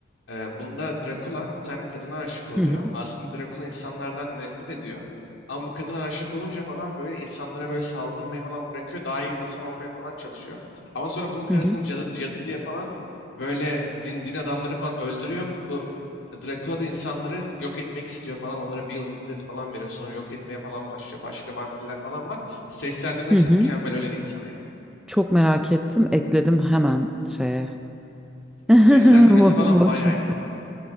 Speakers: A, on the left (about 70°); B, in the centre.
A: e, bunda Dracula bir tane kadına aşık oluyor.
B: Hı hı.
A: Aslında Dracula insanlardan nefret ediyor. Ama bu kadına aşık olunca falan böyle insanlara böyle saldırmayı falan bırakıyor. Daha iyi bir insan olmaya falan çalışıyor. Ama sonra bunun karısını
B: Hı hı.
A: cadı, cadı diye falan böyle din, din adamları falan öldürüyor. Bu Dracula da insanları yok etmek istiyor falan. Onlara bir yıl müddet falan veriyor. Sonra yok etmeye falan başlıyor. Başka vampirler falan var. Seslendirmesi
B: Hı hı.
A: mükemmel öyle diyeyim sana yani.
B: Çok merak ettim. Ekledim hemen şeye. <laughs>
A: Seslendirmesi
B: Watch
A: falan bayağı
B: liste.
A: iyi bu arada.